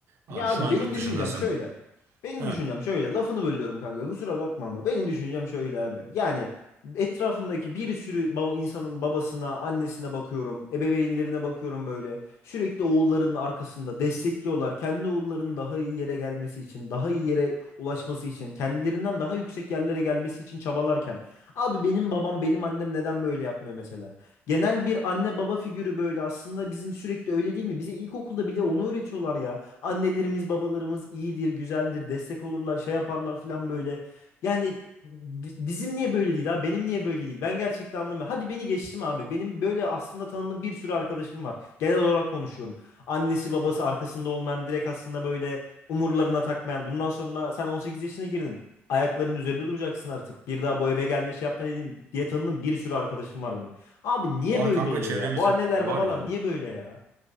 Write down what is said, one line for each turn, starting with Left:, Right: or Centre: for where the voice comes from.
Right: Abi
Left: Ya
Right: şu
Left: abi
Right: an
Left: benim
Right: yurt
Left: düşüncem
Right: dışındasın.
Left: şöyle. Benim
Right: He.
Left: düşüncem şöyle. Lafını bölüyorum kanka. Kusura bakma ama benim düşüncem şöyle abi. Yani etrafındaki bir sürü baba, insanın babasına, annesine bakıyorum, ebeveynlerine bakıyorum böyle. Sürekli oğullarının arkasında destekliyorlar. Kendi oğullarının daha iyi yere gelmesi için, daha iyi yere ulaşması için, kendilerinden daha yüksek yerlere gelmesi için çabalarken, abi benim babam, benim annem neden böyle yapmıyor mesela? Genel bir anne baba figürü böyle aslında bizim sürekli öyle değil mi? Bize ilkokulda bile onu öğretiyorlar ya. Annelerimiz, babalarımız iyidir, güzeldir, destek olurlar, şey yaparlar falan böyle. Yani bi- bizim niye böyle değil abi? Benim niye böyle değil? Ben gerçekten anlamıyorum. Hadi beni geçtim abi. Benim böyle aslında tanıdığım bir sürü arkadaşım var. Genel olarak konuşuyorum. Annesi, babası arkasında olmayan, direkt aslında böyle umurlarına takmayan. Bundan sonra sen 18 yaşına girdin. Ayaklarının üzerinde duracaksın artık. Bir daha bu eve gelme şey yapma dediğim diye tanıdığım bir sürü arkadaşım var benim. Abi niye
Right: Var
Left: böyle
Right: kanka
Left: oluyor
Right: çevremizi
Left: ya? Bu anneler
Right: var
Left: babalar
Right: ya.
Left: niye böyle ya?